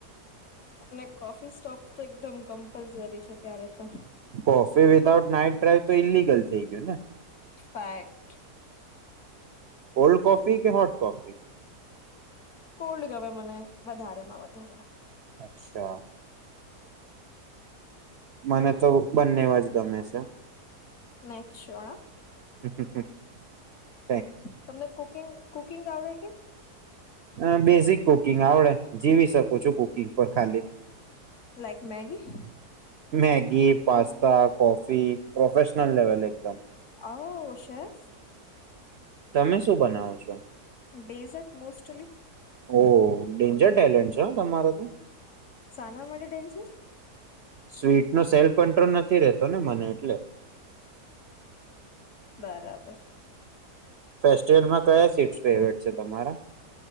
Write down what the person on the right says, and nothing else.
કોફી વિધાઉટ નાઈટ ડ્રાઈવ તો ઈલિગલ થઈ ગયુંને.
કોલ્ડ કોફી કે હોટ કોફી?
અચ્છા. મને તો બંનેવ જ ગમે છે.
હમ્મ,
અ બેઝિક કુકિંગ આવડે. જીવી શકું છું. કુકિંગ પર ખાલી.
Maggi, pasta, coffee professional level એકદમ.
તમે શું બનાવો છો?
ઓ ડેન્જર ટેલેન્ટ છે, તમારે તો.
સ્વીટનો સેલ્ફ કંટ્રોલ નથી રહેતોને, મને એટલે.
ફેસ્ટિવલમાં કયા સ્વીટ ફેવરેટ છે, તમારા?